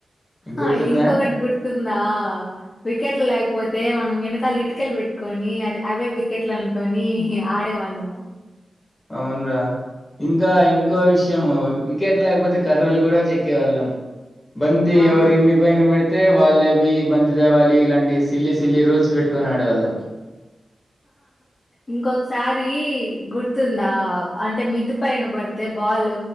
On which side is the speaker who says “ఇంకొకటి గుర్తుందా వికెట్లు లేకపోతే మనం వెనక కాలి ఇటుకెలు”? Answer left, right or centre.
Left